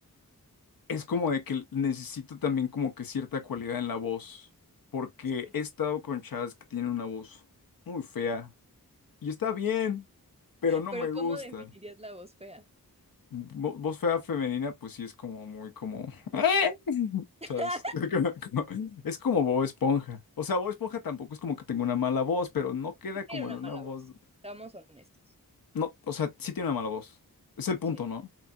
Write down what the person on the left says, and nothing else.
Es como de que necesito también como que cierta cualidad en la voz, porque
he estado con chavas que tienen una voz muy fea y está bien, pero no
me gusta.
Vo- voz fea femenina, pues sí es como muy como, "Eh",
¿sabes? <laughs> Como- como- Es como Bob Esponja. O sea, Bob Esponja tampoco es como que tenga una mala voz, pero no queda
como
en una
voz,
no, o sea, sí tiene una mala voz. Es el punto,
¿no?